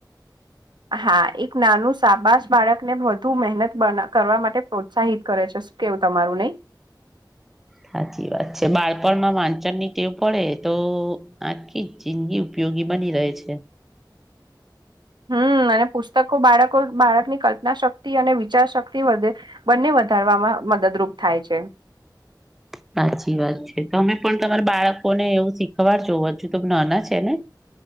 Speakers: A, on the right; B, in the centre.
A: હા એક નાનું શબાસ બાળક ને વધુ મહેનત કરવા માટે પ્રોત્સાહિત કરે છે. કેવું તમારું નહી.
B: સાચી વાત છે, બાળપણમાં વાંચન ની ટેવું પડે તો આખી જ જિંદગી ઉપયોગી બની રહે છે.
A: હમ અને પુસ્તકો બાળકો બાળકની કલ્પના શક્તિ અને વિચાર શક્તિ વધે. બંને વધારવામાં મદદરૂપ થાય છે.
B: સાચી વાત છે તો અમે પણ તમારા બાળકો ને એવું શીખવાડ જોવા છું તો નાના છે ને.